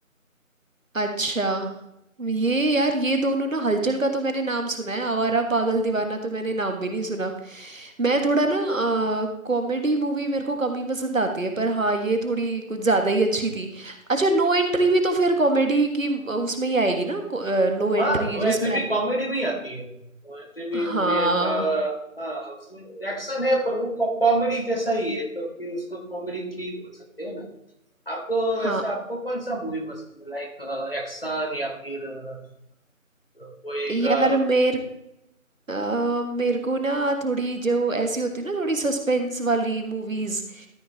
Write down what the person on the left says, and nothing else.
हाँ नो
एंट्री भी कॉमेडी में ही आती है नो एंट्री भी
मूवी एक अ, हाँ उसमें एक्शन है पर वो कॉमेडी जैसा ही है तो फिर उसको कॉमेडी मूवी बोल सकते हैं ना आपको
वैसे आपको कौन सा मूवी पसंद है लाइक एक्शन या फिर अ, कोई एक
अ,